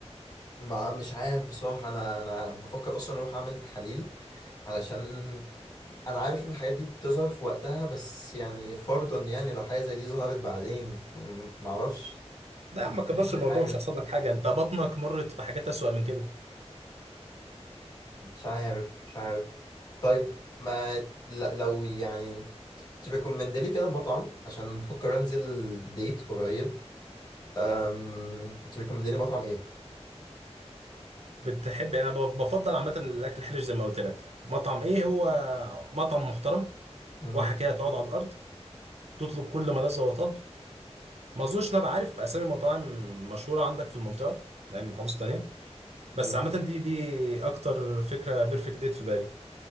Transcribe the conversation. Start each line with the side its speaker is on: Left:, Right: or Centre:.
Left: ما مش عارف بصراحه انا انا بفكر اصلا اروح اعمل تحاليل علشان انا عارف ان الحاجات دي بتظهر في وقتها بس يعني فرضا يعني لو حاجه زي دي ظهرت بعدين م- معرفش
Right: لا
Left: ممكن
Right: يا عم ما تكبرش
Left: يحصل لي
Right: الموضوع
Left: حاجه
Right: مش هيحصل لك حاجه انت بطنك مرت بحاجات اسوأ من كده
Left: مش عارف مش عارف طيب ما ل- لو يعني تريكومند لي كده مطعم عشان بفكر انزل ديت قريب أم... تريكومند لي مطعم ايه
Right: بتحب يعني، انا بف- بفضل عامه الاكل الحرش زي ما قلت لك مطعم ايه هو مطعم محترم
Left: مم.
Right: واحه كده تقعد على الارض تطلب كل ما لذ وطب ما اظنش إن انا بعرف اسامي مطاعم مشهوره عندك في المنطقه يعني من محافظه تانيه بس
Left: مم.
Right: عامه دي دي اكتر فكره بيرفكت ديت في بالي